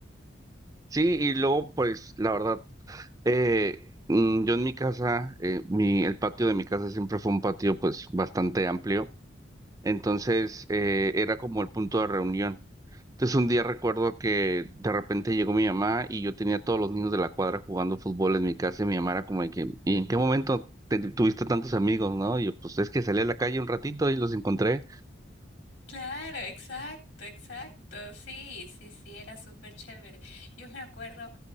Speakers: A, on the right; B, on the left.
A: Sí, y luego, pues, la verdad, eh, mm, yo en mi casa, eh, mi, el patio de mi casa siempre fue un patio, pues, bastante amplio, entonces eh, era como el punto de reunión. Entonces un día recuerdo que de repente llegó mi mamá y yo tenía a todos los niños de la cuadra jugando fútbol en mi casa y mi mamá era como de que, ¿y en qué momento te- tuviste tantos amigos, no? Y yo, pues, es que salí a la calle un ratito y los encontré.
B: Claro, exacto, exacto. Sí, sí, sí, era súper chévere. Yo me acuerdo